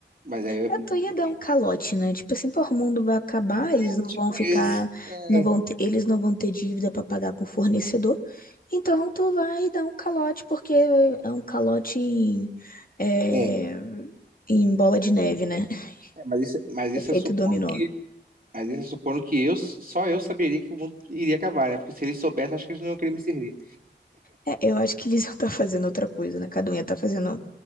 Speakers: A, on the right (about 50°); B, on the left (about 50°).
A: Mas aí eu
B: eu
A: pedi.
B: tô ia dar um calote, né? Tipo assim, pô, o mundo vai acabar,
A: É,
B: eles não
A: tipo
B: vão ficar,
A: isso. É,
B: não vão ter- eles não vão ter dívida pra pagar com o fornecedor. Então tu vai dar um calote porque é um calote em, é,
A: é,
B: em bola de neve, né? <laughs>
A: é, mas isso, mas isso
B: Efeito
A: é supondo
B: dominó.
A: que. Mas isso é supondo que eu, só eu saberia que o mundo iria acabar, né? Porque se eles soubessem, acho que eles não iam querer me servir.
B: É, eu acho que eles iam estar fazendo outra coisa, né? Cada um ia estar fazendo